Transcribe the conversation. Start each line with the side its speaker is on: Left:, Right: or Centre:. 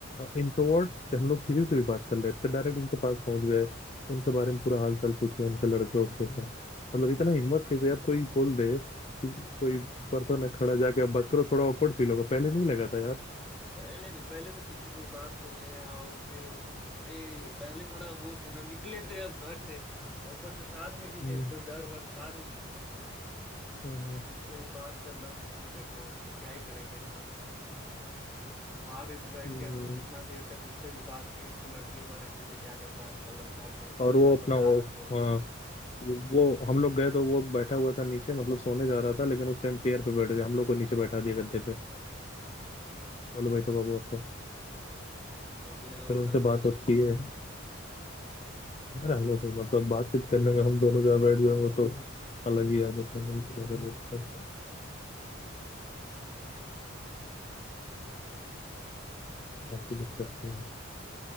Left: इंट्रोवर्ट हम लोग किसी से भी बात कर लेते डायरेक्ट उनके पास पहुंच गए उनके बारे में पूरा हाल चाल पूछे उनके लड़के उड़के का मतलब इतना हिम्मत थी कि अब कोई बोल दे कि कोई पर्सन है खड़ा जाके अब बात करो थोड़ा ऑकवर्ड फील होगा पहले नहीं लगा था यार
Centre: पहले नहीं पहले तो किसी से बात कर ले आओ फिर वो- अरे पहले थोड़ा वो थे ना निकले थे अब घर से और ऊपर से साथ में भी
Left: हम्म,
Centre: थे कोई डर वर था नहीं
Left: हम्म,
Centre: किसी से भी बात कर लो कुछ भी कर लो क्या ही करेंगे सब वहां पे भी बैठ
Left: हम्म।
Centre: के हम लोग कितना देर तक उससे भी बात किए उसके लड़के के बारे में पूछे क्या करता है आपका लड़का कैसे
Left: और
Centre: है
Left: वो
Centre: सब
Left: अपना
Centre: बता
Left: वो
Centre: रहा था वो
Left: हाँ
Centre: भी
Left: वो हम लोग गए तो वो बैठा हुआ था नीचे मतलब सोने जा रहा था लेकिन उस टाइम चेयर पे बैठ गया हम लोग को नीचे बैठा दिया गद्दे पे बोलो बैठो बाबू आपको
Centre: वो भी लगा
Left: फिर उनसे
Centre: पूरा अपना
Left: बात होती
Centre: स्टोरी
Left: की है
Centre: सुनाने
Left: अरे हम लोग तो मतलब बातचीत करने में हम दोनों जहाँ बैठ गए वो तो अलग ही आदत है मैंने क्या कर सकते हैं,
Centre: अच्छा
Left: काफी दिक्कत
Centre: था
Left: थी